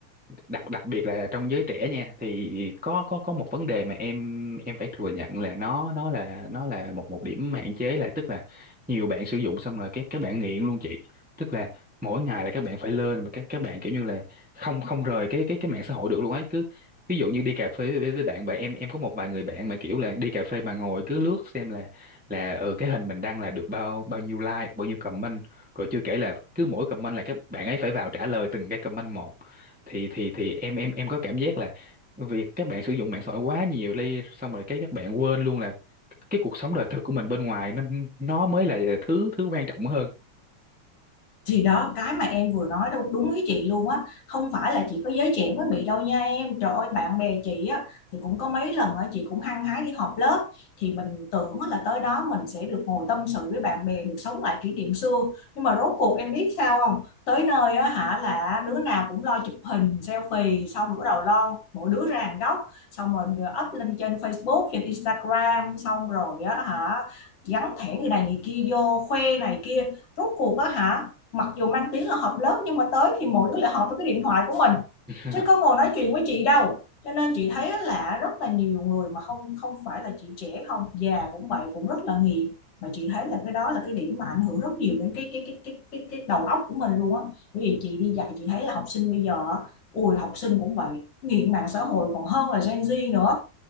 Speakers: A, in the centre; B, on the left.
A: đặc đặc biệt là trong giới trẻ nha thì có có có một vấn đề mà em em phải thừa nhận là nó nó là nó là một một điểm hạn chế là tức là nhiều bạn sử dụng xong rồi các các bạn nghiện luôn chị tức là mỗi ngày là các bạn phải lên mà các các bạn kiểu như là không không rời cái cái cái mạng xã hội được luôn ấy cứ ví dụ như đi cà phê với, với bạn bè em em có một vài người bạn mà kiểu là đi cà phê mà ngồi cứ lướt xem là là ở cái hình mình đăng là được bao bao nhiêu like bao nhiêu comment rồi chưa kể là cứ mỗi comment là các bạn ấy phải vào trả lời từng cái comment một thì thì thì em em em có cảm giác là việc các bạn sử dụng mạng xã hội quá nhiều đi xong rồi cái các bạn quên luôn là cái cuộc sống đời thực của mình bên ngoài nó nó mới là thứ thứ quan trọng hơn
B: thì đó cái mà em vừa nói đâu đúng ý chị luôn á không phải là chỉ có giới trẻ mới bị đâu nha em trời ơi bạn bè chị á thì cũng có mấy lần á chị cũng hăng hái đi họp lớp thì mình tưởng á là tới đó mình sẽ được ngồi tâm sự với bạn bè được sống lại kỷ niệm xưa nhưng mà rốt cuộc em biết sao không tới nơi á hả là đứa nào cũng lo chụp hình selfie xong rồi bắt đầu lo mỗi đứa ra hàng góc xong rồi up lên trên Facebook trên Instagram xong rồi á hả gắn thẻ người này người kia vô khoe này kia rốt cuộc á hả mặc dù mang tiếng là họp lớp nhưng mà tới thì mỗi đứa lại họp với cái điện thoại của mình
A: <laughs>
B: chứ có ngồi nói chuyện với chị đâu cho nên chị thấy là rất là nhiều người mà không không phải là chị trẻ không già cũng vậy cũng rất là nghiện mà chị thấy là cái đó là cái điểm mà ảnh hưởng rất nhiều đến cái cái cái cái cái, cái đầu óc của mình luôn á bởi vì chị đi dạy chị thấy là học sinh bây giờ ui học sinh cũng vậy nghiện mạng xã hội còn hơn là Gen Z nữa